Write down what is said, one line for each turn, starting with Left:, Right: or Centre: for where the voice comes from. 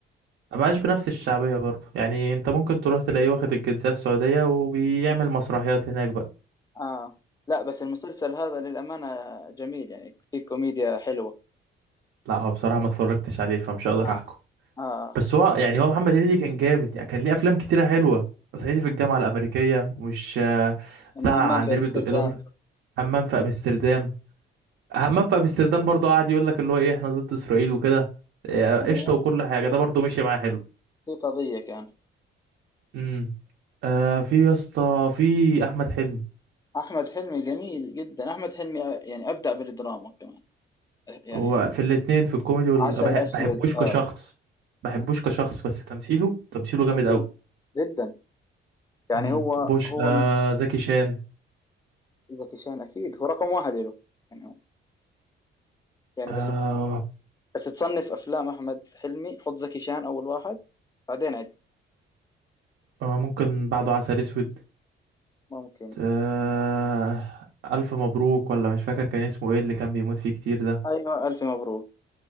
Right: ما بقاش بنفس الشعبية برضه يعني انت ممكن تروح تلاقيه واخد الجنسية السعودية وبيعمل مسرحيات هناك بقى
Left: اه لا بس المسلسل هذا للامانه جميل يعني في كوميديا حلوه
Right: لا هو بصراحة ما اتفرجتش عليه فمش هقدر
Left: اه
Right: احكم
Left: اه
Right: بس هو يعني هو محمد هنيدي كان جامد يعني كان ليه افلام كتيرة حلوة صعيدي في الجامعة الأمريكية مش آه،
Left: أم
Right: بتاع
Left: همام
Right: عندليب
Left: في امستردام
Right: الدق دبر همام في امستردام همام في امستردام برضه قعد يقول لك اللي هو ايه احنا ضد اسرائيل وكده آه،
Left: ايوه
Right: قشطة وكل حاجة ده برضه مشي معاه حلو
Left: في قضيه كان
Right: امم آه في يا اسطى في احمد حلمي
Left: احمد حلمي جميل جدا احمد حلمي يعني ابدع بالدراما كمان يعني
Right: هو في الاتنين في الكوميدي وال...
Left: عسل
Right: بحب
Left: اسود
Right: بحبوش
Left: اه
Right: كشخص بحبوش
Left: آه.
Right: كشخص بس تمثيله تمثيله جامد
Left: تمثيل
Right: قوي
Left: جدا يعني
Right: امم
Left: هو
Right: بوش
Left: هو
Right: آه
Left: ال-
Right: زكي شان
Left: زكي شان اكيد هو رقم واحد له يعني هو يعني
Right: آه
Left: بس ت- بس تصنف افلام احمد حلمي حط زكي شان اول واحد بعدين عد
Right: آه ممكن بعده عسل اسود
Left: ممكن
Right: آه الف مبروك ولا مش فاكر كان اسمه ايه اللي كان بيموت فيه كتير ده
Left: ايوه الف مبروك